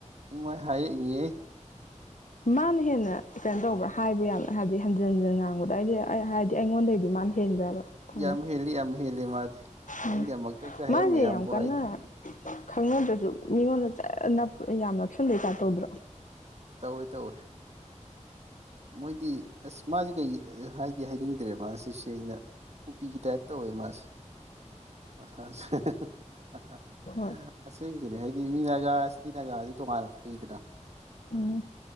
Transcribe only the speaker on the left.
ꯃꯥꯅ ꯍꯦꯟꯅ ꯀꯩꯅꯣ ꯇꯧꯕ꯭ꯔꯥ ꯍꯥꯏꯕ꯭ꯔ ꯌꯥꯝꯅ ꯍꯥꯏꯗꯤ ꯍꯟꯖꯤꯟ ꯍꯟꯖꯤꯟ ꯉꯥꯡꯕꯗ ꯑꯩꯗꯤ ꯑꯩ ꯍꯥꯏꯗꯤ ꯑꯩꯉꯣꯟꯗꯩꯗꯤ ꯃꯥꯅ ꯍꯦꯟꯕ꯭ꯔꯕ ꯊꯥꯏꯅ
ꯎꯝ
ꯃꯥꯁꯦ
ꯌꯥꯝ ꯀꯟꯅ
ꯈꯪꯅꯗ꯭ꯔꯁꯨ ꯃꯤꯉꯣꯟꯗ ꯖꯔ ꯅꯞ ꯌꯥꯝ ꯅꯞꯁꯤꯟꯕꯩ ꯇꯥꯢꯄ ꯇꯧꯗ꯭ꯔꯣ
ꯍꯣꯏ
ꯎꯝ